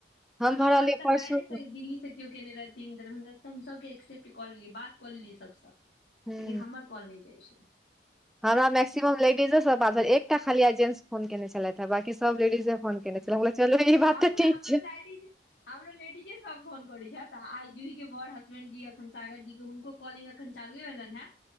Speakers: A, in the centre; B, on the left.
A: हम
B: ओना
A: भरलियै
B: बाद तऽ
A: परसू
B: काल्हि से दिल्ली से कियो केने रहथिन दरभंगा स् हम सबके एक्सेप्ट कऽ लेलियै बात कऽ लेलियै सबसँ लेकिन
A: हूँ
B: हमर कॉल नै जाइ छै
A: हमरा मैक्सिमम लेडीजे सब बात भेल एकटा खालिया जेंट्स फोन केने छलैथे बाकी सब लेडीजे फोन केने छले चलु ई बात
B: हमहूँ
A: त ठिक छै
B: <unintelligible> हमरो लेडीजे सब फोन करै छथि आ आइ जूही के बड़ हसबेंड जी अखन सागर जी के हुनको कॉलिंग अखन चालुए भेलैन हें